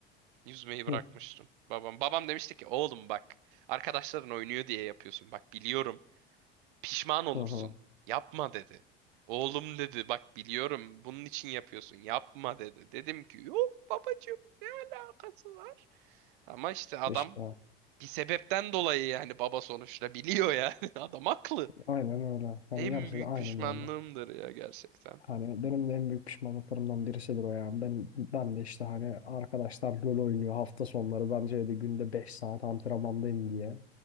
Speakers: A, on the right (about 55°); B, on the left (about 85°).
A: Yüzmeyi bırakmıştım.
B: Hı,
A: Babam babam demişti ki oğlum bak arkadaşların oynuyor diye yapıyorsun. Bak biliyorum Pişman olursun.
B: hı, hı.
A: Yapma dedi. Oğlum dedi bak biliyorum bunun için yapıyorsun. Yapma dedi. Dedim ki yok babacığım alakası var. Ama işte adam
B: İşte
A: bir sebepten dolayı yani baba sonuçta biliyor yani. <laughs> Adam haklı.
B: aynen öyle. Hani
A: En
B: gerçekten
A: büyük
B: aynen
A: pişmanlığımdır
B: öyle.
A: ya gerçekten.
B: Hani benim de en büyük pişmanlıklarımdan birisidir o yani Ben, ben de işte hani arkadaşlar LoL oynuyor hafta sonları. Bence de günde 5 saat antrenmandayım diye.